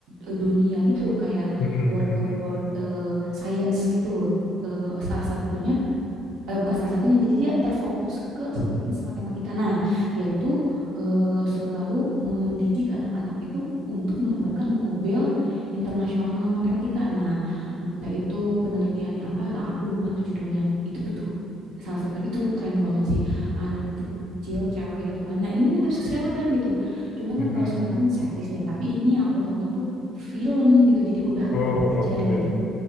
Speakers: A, on the right; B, on the left.
A: eh, dunia gitu kayak
B: Mm-mm,
A: award-award
B: mm-mm,
A: eh, science gitu Eh, salah satunya eh, bukan salah satunya. Jadi dia terfokus ke sains matematika. Nah, dia tuh eh, selalu mendidik anak-anaknya tuh untuk mendapatkan Nobel Internasional Matematika. Nah, entah itu penelitiannya apa, aku lupa tuh judulnya. Itu tuh salah satu itu keren banget sih anak kecil cewek gitu kan. Nah, ini mirip si Sheldon gitu. Cuman
B: mm-mm.
A: kan kalau Sheldon seriesnya, tapi ini yang aku tonton tuh film gitu. Jadi udah
B: Oh
A: tamat aja
B: oke.
A: gitu.